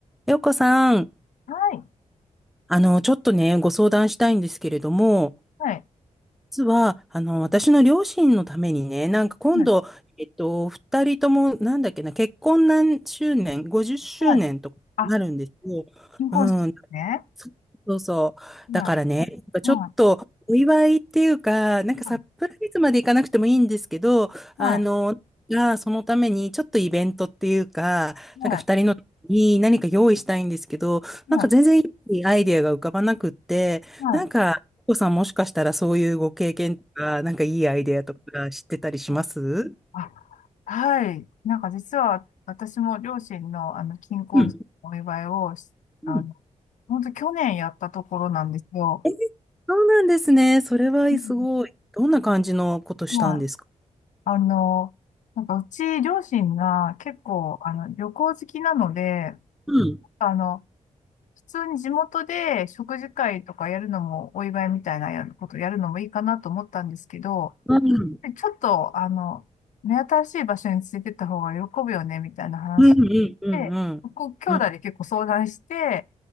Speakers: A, in the centre; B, on the left (about 75°).
A: ようこさん、
B: はい。
A: あの、ちょっとね、ご相談したいんですけれども、
B: はい。
A: 実は、あの、私の両親のためにね、なんか今度、
B: はい。
A: えっと、二人とも、なんだっけな、結婚何周年、50周年とかなるんですよ。
B: はい。あ、金婚式ですね。
A: うん。そそうそう。
B: は
A: だからね、ちょっとお祝いっていうか、
B: い。は
A: なんかサプライズまでいかなくてもいいんですけど、
B: い。はい。
A: あの、がそのためにちょっとイベントっていうか、
B: はい。
A: なんか二人のに何か用意したいんですけど、
B: はい。
A: なんか全然いいアイデアが浮かばなくって、
B: はい。
A: なんか、
B: はい
A: お子さんもしかしたらそういうご経験とか、なんかいいアイデアとか知ってたりします
B: はいあ、はい。なんか実は私も両親のあの、金婚式のお祝いをし、
A: うんうん
B: あの、本当去年やったところなんですよ。
A: え、そうなんですね。それはすごい。
B: うん
A: どんな感じのことしたんですか
B: はい。あの、なんかうち両親が結構あの、旅行好きなので、
A: うん。
B: あの、普通に地元で食事会とかやるのも、お祝いみたいなやることやるのもいいかなと思ったんですけど、
A: うん
B: ちょっと、あの、目新しい場所についてった方が喜ぶよね、みたいな話
A: うんうんうんうん。
B: で、僕、兄弟で結構相談して、
A: うん。